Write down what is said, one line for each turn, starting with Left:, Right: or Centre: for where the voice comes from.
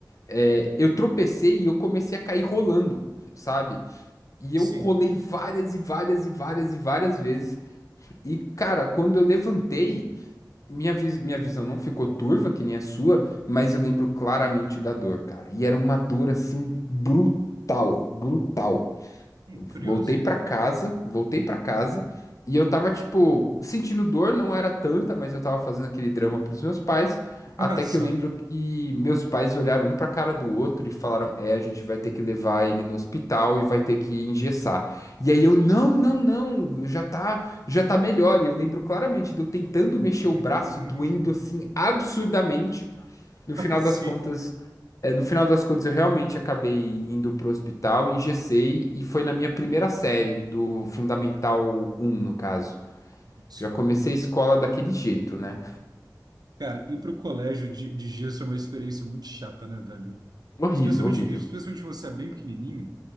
Left: é, eu tropecei e eu comecei a cair rolando, sabe? E
Right: Sim.
Left: eu rolei várias e várias e várias e várias vezes. E, cara, quando eu levantei, minha, vis- minha visão não ficou turva, que nem a sua, mas eu lembro claramente da dor, cara. E era uma dor assim brutal, brutal.
Right: Hum,
Left: Voltei
Right: Curioso.
Left: pra casa, voltei pra casa e eu tava tipo sentindo dor, não era tanta, mas eu tava fazendo aquele drama pros meus pais,
Right: <laughs>
Left: até
Right: Só.
Left: que eu lembro que meus pais olharam um pra cara do outro e falaram: "É, a gente vai ter que levar ele no hospital e vai ter que engessar". E aí eu: "Não, não, não, já tá, já tá melhor". E eu lembro claramente de eu tentando
Right: <laughs>
Left: mexer o braço e doendo assim absurdamente no final
Right: Sim,
Left: das contas, é, no final das contas eu realmente acabei indo pro hospital, engessei e foi na minha primeira série do Fundamental um no caso.
Right: só.
Left: Já comecei a escola daquele jeito, né?
Right: Cara, ir pro colégio de, de gesso é uma experiência muito chata, né, velho?
Left: Horrível,
Right: Especialmente,
Left: horrível.
Right: especialmente quando você é bem pequenininho.